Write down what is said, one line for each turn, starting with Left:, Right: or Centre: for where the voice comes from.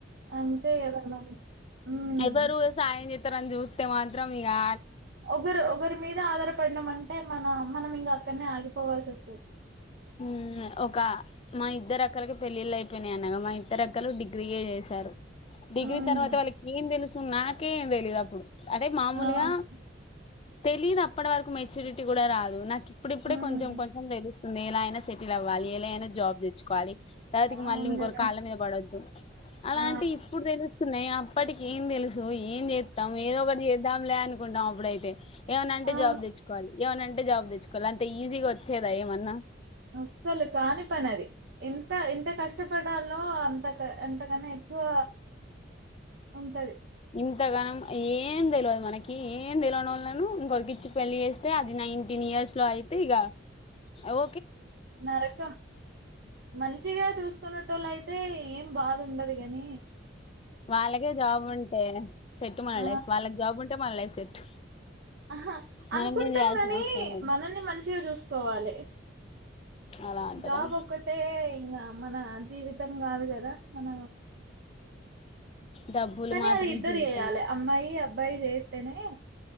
Right: అంతే ఏదన్నా ఉమ్
Left: ఎవరు సాయం చేస్తారని చూస్తే మాత్రం ఇగా
Right: ఒకరు ఒకరి మీద ఆధారపడినమం టే మన మనం ఇంగా అక్కడనే ఆగిపోవాల్సి వస్తుంది
Left: హుమ్ ఒక మా ఇద్దరు అక్కలికి పెళ్ళిళ్ళ అయిపోయినాయి అనగా మా ఇదరు అక్కలు డిగ్రీయే చేశారు డిగ్రీ
Right: హ్మ్.
Left: తరువాత వాళకి ఏందేలుసు నాకే ఏమ్ తెలీదు అప్పుడు అదే మామూలుగా
Right: అవును.
Left: తెలీదు అప్పటి వరకు మెచ్యూరిటీ కూడా రాదు నాకు ఇప్పుడిప్పుడే
Right: హ్మ్.
Left: కొంచం కొంచం తెలుస్తు నేను అయినా సెటిల్ అవ్వాలి ఎలా అయినా జాబ్ తెచ్చుకోవాలి రాతికి
Right: అవును
Left: మళ్ళీ ఇంకొరు
Right: గదా!
Left: కాళ్ళ మీద పడొద్దు. అలాంటి
Right: ఆ!
Left: ఇప్పుడు తెలుస్తున్నాయ ఇప్పటికేం తెలుసు ఓయ్ ఏం చేతం ఏదోకటి చేద్దాంలే అను కుంటాం అప్పుడైతే ఏమనంటే
Right: అవును.
Left: జాబ్ తెచ్చుకోవాలి ఏమనంటే జాబ్ తెచ్చుకోవాలి అంత ఈజీగా వచ్చేదా ఏమన్న
Right: అస్సలు కాని పనది ఎంత ఎంత కష్టపడాలో అంత అంతకన్నా ఎక్కువ ఉంటది
Left: ఇంతగనం ఏం తెలివదు మనకి ఏం తెలువనోళ్లను ఇంకొరికిచ్చి పెళ్ళి చేస్తే అది నైన్టీన్ ఇయర్స్ లో అయితే ఇగ ఓ
Right: నరకం మంచిగా చూసుకునేటోల్లయితే ఏ బాదుండదు గని
Left: వాళ్ళకే జాబ్ ఉంటే సెట్టు మన
Right: ఆ!
Left: లైఫ్ వాళ్ళకి జాబ్ ఉంటే మన లైఫ్ సెట్
Right: అహా అనుకుంటం
Left: మనం ఏం చేయాల్సిన
Right: గని
Left: అవసరం లేదు
Right: మనల్ని మంచిగా జూ సుకోవాలే <inaudible>
Left: అలా అంటారా
Right: జాబ్ ఒకటే ఇంగ మన జీవితం కాదు కదా మన
Left: డబ్బులు
Right: కనీ
Left: మాత్రం
Right: అది ఇద్దరు
Left: జీవితం
Right: చేయాలె అమ్మాయి బ్బాయి చేస్తేనే